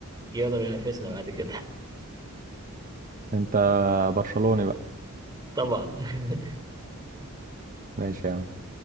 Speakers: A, on the right (about 20°); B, on the right (about 40°).
A: يقدر ينافسنا بعد كده
B: انت برشلوني بقى
A: <laughs> طبعا
B: ماشي يا عم